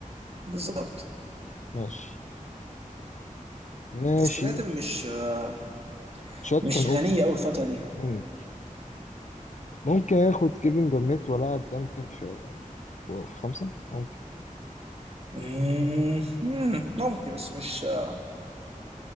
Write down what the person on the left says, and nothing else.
ماشي ماشي
شاك
كان اوفي
مم. ممكن اخد كيفن جارنيت والعب دانكن في في خمسه ممكن